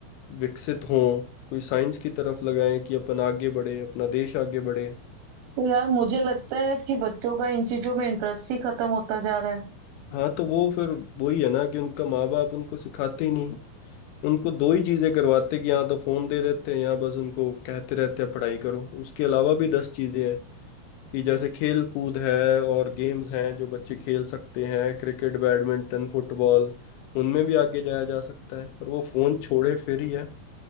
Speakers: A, on the left (about 85°); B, on the right (about 80°).
A: विकसित हों कोई साइंस की तरफ लगाएं कि अपन आगे बढ़े अपना देश आगे बढ़े
B: तो यार मुझे लगता है कि बच्चों का इन चीजों में इंटरेस्ट ही खत्म होता जा रहा है
A: हाँ तो वो फिर वही है ना कि उनका माँ बाप उनको सिखाते ही नहीं उनको दो ही चीजें करवाते कि या तो फोन दे देते हैं या बस उनको कहते रहते हैं पढ़ाई करो उसके अलावा भी दस चीजें हैं कि जैसे खेल कूद है और गेम्स हैं जो बच्चे खेल सकते हैं क्रिकेट बैडमिंटन फुटबॉल उनमें भी आगे जाया जा सकता है पर वो फोन छोड़े फिर ही है